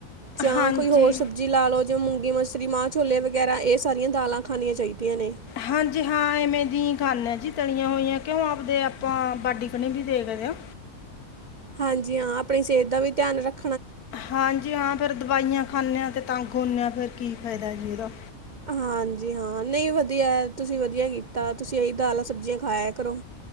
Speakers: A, on the right; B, on the left.
A: ਜਾਂ
B: ਹਾਂਜੀ
A: ਕੋਈ ਹੋਰ ਸਬਜ਼ੀ ਲਾ ਲਓ, ਜਾ ਮੂੰਗੀ ਮਸਰੀ, ਮਾਂ ਛੋਲੇ ਵਗੈਰਾ ਇਹ ਸਾਰੀਆਂ ਦਾਲਾਂ ਖਣੀਆਂ ਚਾਹੀਦੀਆਂ। ਨੇ
B: ਹਾਂਜੀ ਹਾਂ। ਇਵੇਂ ਦੀ ਹੀ ਖਾਨੇ ਜੀ, ਤਲੀਆਂ ਹੋਈਆਂ, ਕਿਉਂ ਆਪਦੇ ਆਪਾਂ ਬਾਡੀ ਕਨੀ ਵੀ ਦੇਖਦੇ ਹਾਂ।
A: ਹਾਂਜੀ ਹਾਂ। ਆਪਣੀ ਸਿਹਤ ਦਾ ਵੀ ਧਿਆਨ ਰੱਖ
B: ਹਾਂਜੀ ਹਾਂ ਫਿਰ ਦਵਾਈਆਂ ਖਾਂਨੇ ਆ, ਤੇ ਤੰਗ ਹੋਨੇ ਆ ਫਿਰ ਕੀ ਫਾਇਦਾ ਜੀ ਉਹਦਾ
A: ਹਾਂਜੀ ਹਾਂ। ਨਹੀਂ ਵਧੀਆ, ਤੁਸੀਂ ਵਧੀਆ ਕੀਤਾ ਤੁਸੀਂ ਇਹੀ ਦਾਲਾਂ ਸਬਜ਼ੀਆਂ ਖਾਇਆ ਕਰੋ।